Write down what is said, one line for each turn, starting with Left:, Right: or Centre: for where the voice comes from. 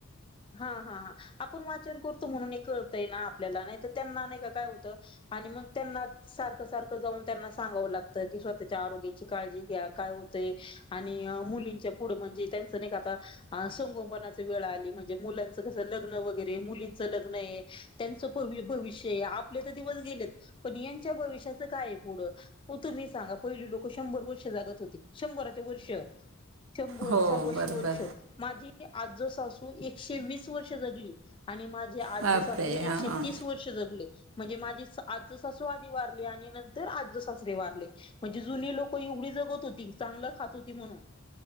Left: हा हा ह आपण वाचन करतो म्हणून हे कळतंय ना आपल्याला नाही तर त्यांना नाही का काय होत आणि मग त्यांना सारखं सारखं जाऊन त्यांना सांगावं लागतं की स्वतःच्या आरोग्याची काळजी घ्या काय होतंय आणि मुलींच्या पुढं म्हणजे त्यांचं नाही का आता संगोपनाची वेळ आली म्हणजे म्हणे मुलांच कस लग्न वगैरे मुलींच लग्न आहे त्यांचं भविष्य आपले तर दिवस गेलेत पण यांच्या भविष्याच काय पुढं तुम्ही सांगा पहिली लोक शंभर वर्ष जागत होती शंभराचे वर्ष शंभर
Right: हो
Left: सव्वाशे
Right: बरोबर
Left: वर्ष माझी ते आज्जल सासू एक वीस वर्ष जगली आणि म्हे आज्यसासरे
Right: बापरे हां
Left: एकशे तीस वर्ष जगले म्हणजे माझी आज सासू आधी वारली आणि नंतर आज सासरे वारले म्हणजे जुनी लोक एवढी जगत होती चांगलं खात होती म्हणून